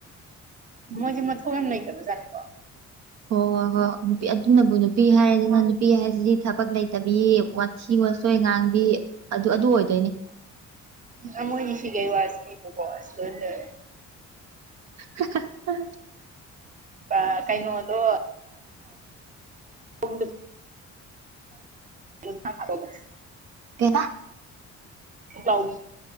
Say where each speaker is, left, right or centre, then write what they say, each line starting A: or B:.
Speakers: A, on the right (about 25°); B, on the right (about 60°).
A: ꯃꯣꯏꯁꯦ ꯃꯊꯣꯛ ꯌꯥꯝ ꯂꯩꯇꯕꯖꯥꯠꯅꯤꯀꯣ
B: ꯍꯣꯏ ꯍꯣꯏ ꯍꯣꯏ ꯅꯨꯄꯤ ꯑꯗꯨꯅꯕꯨ ꯅꯨꯄꯤ ꯍꯥꯏꯔꯗꯅ ꯅꯨꯄꯤ ꯍꯥꯏꯁꯤꯗꯤ ꯊꯕꯛ ꯂꯩꯇꯕꯤ ꯋꯥꯠꯁꯤ ꯋꯥꯠꯁꯤ ꯑꯣꯏꯉꯥꯡꯕꯤ ꯑꯗꯨ ꯑꯗꯨ ꯑꯣꯏꯗꯣꯏꯅꯤ
A: ꯃꯣꯢꯒꯤ <unintelligible> ꯑꯁ ꯂꯣꯢꯔꯦ ꯂꯣꯢꯔꯦ
B: <unintelligible>
A: ꯑꯥ ꯀꯩꯅꯣ ꯑꯗꯣ <unintelligible> ꯊꯒ <unintelligible>
B: ꯀꯩꯕ
A: ꯄꯨꯛꯂꯥꯎꯕꯤ